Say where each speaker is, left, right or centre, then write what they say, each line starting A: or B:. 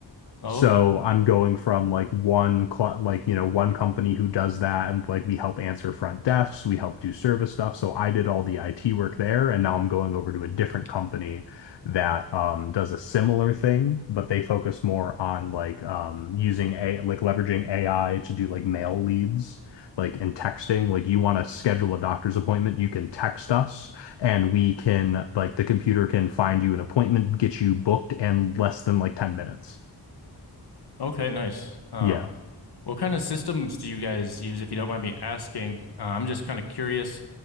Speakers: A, on the left (about 65°); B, on the left (about 80°).
A: Oh,
B: So
A: okay.
B: I'm going from like one cl like you know one company who does that and like we help answer front desks, we help do service stuff. So I did all the IT work there, and now I'm going over to a different company that um, does a similar thing, but they focus more on like um, using a like leveraging AI to do like mail leads, like in texting. Like you want to schedule a doctor's appointment, you can text us and we can like the computer can find you an appointment, get you booked in less than like 10 minutes.
A: Okay, nice. Um,
B: Yeah,
A: what kind of systems do you guys use, if you don't mind me asking? Uh, I'm just kind of curious.